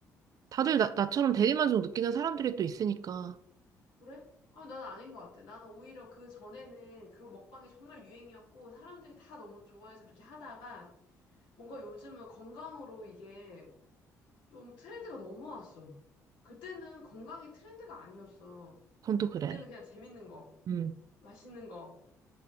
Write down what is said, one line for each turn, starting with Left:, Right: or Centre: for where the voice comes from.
Right: 다들 나, 나처럼 대리만족 느끼는 사람들이 또 있으니까.
Left: 그래? 아, 난 아닌 것 같아. 나는 오히려 그 전에는 그런 먹방이 정말 유행이었고, 사람들이 다 너무 좋아해서 그렇게 하다가, 뭔가 요즘은 건강으로 이게 좀 트렌드가 넘어왔어. 그때는 건강이 트렌드가 아니었어.
Right: 그건 또 그래.
Left: 그때는 그냥 재밌는 거,
Right: 음.
Left: 맛있는 거,